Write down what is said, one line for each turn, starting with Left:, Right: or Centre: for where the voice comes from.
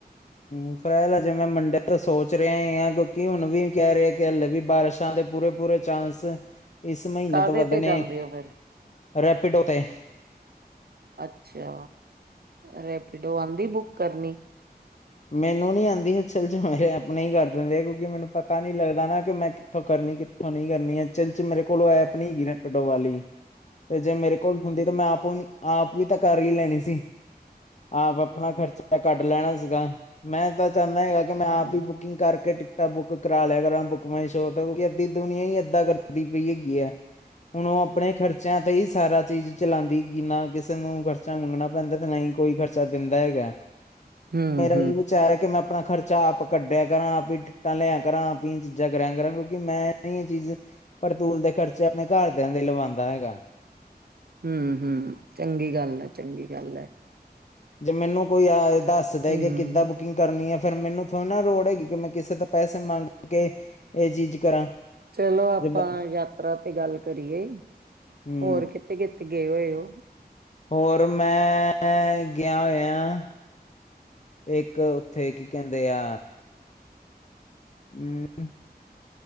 Left: ਹੂੰ ਫਿਲਹਾਲ ਅਜੇ ਮੈਂ ਮੰਡੇ ਤੋ ਸੋਚ ਪੁੱਛ ਰਿਹਾ ਆ ਕਿਉਂਕਿ ਹੁਣ ਵੀ ਕਹਿ ਰਹੇ ਕਿ ਹਲੇ ਵੀ ਬਾਰਿਸ਼ਾਂ ਦੇ ਪੂਰੇ ਪੂਰੇ ਚਾਂਸ ਇਸ ਮਹੀਨੇ
Right: ਕਾਹਦੇ
Left: ਤੋਂ ਵੱਧਣੇ
Right: ਤੇ ਜਾਂਦੇ ਹੋ ਫਿਰ
Left: ਰੈਪਿਡੋ ਤੇ
Right: ਅੱਛਾ, ਰੈਪੀਡੋ ਆਂਦੀ ਬੁੱਕ ਕਰਨੀ।
Left: ਮੈਨੂੰ ਨੀ ਆਂਦੀੱ ਅਸਲ ਚ ਮੇਰੇ ਅਪੜ਼ਨੇ ਈ ਕਰ ਦਿੰਦੇ ਆ, ਕਿਉਂਕਿ ਮੈਨੂੰ ਪਤਾ ਨੀ ਲੱਗਦਾ ਨਾ ਕਿ ਮੈਂ ਕਿੱਥੋਂ ਕਰ ਕਿੱਥੋਂ ਕਰਨੀ, ਕਿੱਥੋਂ ਨੀ ਕਰਨੀ ਅਸਲ ਚ ਮੇਰੇ ਕੋਲ ਐਪ ਨਹੀਂ ਹੈਗੀ, ਰੈਪਿਡੋ ਵਾਲੀ ਤੇ ਜੇ ਮੇਰੇ ਕੋਲ ਹੁੰਦੀ ਤਾਂ ਮੈਂ ਆਪੋ ਆਪ ਵੀ ਤਾਂ ਕਰ ਹੀ ਲੈਣੀ ਸੀ, ਆਪ ਅਪਣਾ ਖਰਚਾ ਕੱਢ ਲੈਣਾ ਸੀਗਾ। ਮੈਂ ਤਾਂ ਚਾਹੁੰਦਾ ਹੈਗਾ ਕਿ
Right: ਹੂੰ-ਹੂੰ-ਹੂੰ-ਹੂੰ-ਹੂੰ-ਹੂੰ
Left: ਮੈਂ ਆਪ ਹੀ ਬੁਕਿੰਗ ਕਰਕੇ ਇੱਕ ਤਾਂ ਬੁੱਕ ਕਰਾ ਲਿਆ ਕਰਾਂ ਬੁੱਕ, ਮੈ ਸੋਚਦਾ ਹਾਂ ਕਿ ਦੁਨੀਆਂ ਹੀ ਏਦਾਂ ਕਰਦੀ ਪਈ ਹੈਗੀ ਆ। ਹੁਣ ਉਹ ਆਪਣੇ ਖਰਚਿਆਂ ਤੇ ਈ ਸਾਰਾ ਚੀਜ਼ ਚਲਾਂਦੀ, ਕਿ ਨਾ ਕਿਸੇ ਨੂੰ ਖਰਚਾ ਮੰਗਨਾ ਪੈਂਦਾ ਤੇ ਨਾਹੀਂ ਕੋਈ ਖਰਚਾ ਦਿੰਦਾ ਹੈਗਾ।
Right: ਹੂੰ
Left: ਏਹੀ ਵਿਚਾਰ ਆ ਕਿ ਮੈਂ ਅਪਣਾ ਖਰਚਾ ਆਪ ਕੱਢਿਆ ਕਰਾਂ, ਆਪ ਟਿਕਟਾਂ ਲਿਆ ਕਰਾਂ, ਆਪ ਇਹ ਚੀਜ਼ਾਂ ਕਰਿਆ ਕਰਾਂ ਕਿਉਂਕਿ ਮੈਂ ਨਹੀਂ ਇਹ ਚੀਜ਼ ਫਰਤੂਲ ਦੇ ਖਰਚੇ ਅਪਣੇ ਘਰਦਿਆਂ ਦੇ ਲਵਾਂਦਾ ਹੈਗਾ।
Right: ਹੂੰ-ਹੂੰ ਚੰਗੀ ਗੱਲ ਐ ਚੰਗੀ ਗੱਲ ਐ।
Left: ਜੇ ਮੈਨੂੰ ਕੋਈ ਆ ਦੱਸ ਦੇ
Right: ਹੂੰ,
Left: ਕਿ ਕਿੱਦਾਂ ਬੁਕਿੰਗ ਕਰਨੀ ਐ ਫੇਰ ਮੈਨੂੰ ਥੋੜ੍ਹੀ ਨਾ ਲੋੜ ਹੈਗੀ, ਕਿ ਮੈਂ ਕਿਸੇ ਦਾ ਪੈਸੇ ਮੰਗ ਕੇ ਇਹ ਚੀਜ਼ ਕਰਾਂ
Right: ਚਲੋ ਆਪਾਂ
Left: ਜੇ ਬ-
Right: ਯਾਤਰਾ ਤੇ ਗੱਲ ਕਰੀਏ,
Left: ਹਮ
Right: ਹੋਰ ਕਿੱਥੇ ਕਿੱਥੇ ਗਏ ਹੋਏ ਓ।
Left: ਹੋਰ ਮੈਂ ਗਿਆ ਹੋਇਆ ਇੱਕ ਉੱਥੇ ਕੀ ਕਹਿੰਦੇ ਆ ਹੂੰ।